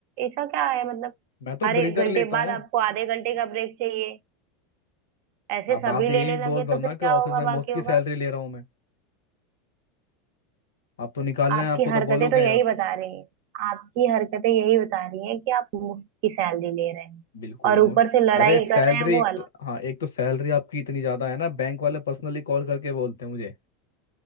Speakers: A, on the right; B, on the left.
A: ऐसा क्या है मतलब
B: मैं तो
A: हर एक
B: ब्रीदर
A: घंटे
B: लेता
A: बाद
B: हूँ
A: आपको आधे घंटे का ब्रेक चाहिए ऐसे
B: अब
A: सभी
B: आप यही
A: लेने लगे
B: बोल दो
A: तो
B: ना
A: फिर क्या
B: कि ऑफिस
A: होगा
B: में
A: बाकियों
B: मुफ्त की सैलरी
A: का
B: ले रहा हूँ मैं आप तो निकालना
A: आपकी
B: है आपको तो
A: हरकतें
B: बोलोगे
A: तो यही
B: आप
A: बता रही हैं आपकी हरकतें यही बता रही हैं कि आप मुफ्त की सैलरी ले रहे हैं
B: बिल्कुल
A: और ऊपर
B: मो
A: से लड़ाई
B: अरे सैलरी
A: कर रहे हैं
B: एक
A: वो अलग
B: तो हाँ एक तो सैलरी आपकी इतनी ज्यादा है ना बैंक वाले पर्सनली कॉल करके बोलते हैं मुझे